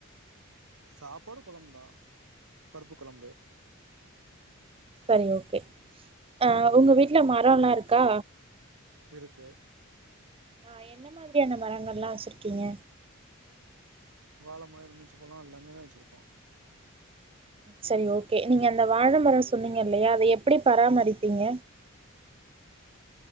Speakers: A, on the right (about 85°); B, on the right (about 25°).
A: சாப்பாடு கொழம்புந்தா பருப்பு கொழம்பு
B: செரி ஓகே அ ஒங்க வீட்ல மரோல்லா இருக்கா
A: இருக்கு
B: அ என்ன மாதிரியான மரங்கள்லா வச்சிருக்கீங்க
A: வாழ மரோ எலுமிச்சபழோ எல்லாமே தா வச்சிருக்கோ
B: செரி ஓகே நீங்க அந்த வாழ மரம் சொன்னீங்கல்லயா அத எப்டி பராமரிப்பீங்க